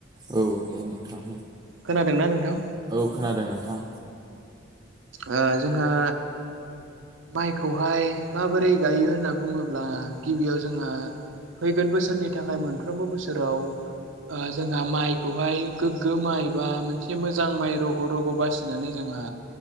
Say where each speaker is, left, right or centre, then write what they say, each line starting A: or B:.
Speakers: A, on the right (about 20°); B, on the right (about 85°).
A: औ दे नोंथां
B: खोनादोंना नोंथां
A: औ खोनादों नोंथां
B: ओ जोंहा माइखौहाय माबोरै गायो होनना बुङोब्ला गिबियाव जोंहा फैगोन बोसोरनि थाखाय मोनफ्रोमबो बोसोराव जोंहा माइखौहाय गोग्गो माइ बा मोनसे मोजां माइ रग' रग' बासिनानै जों आ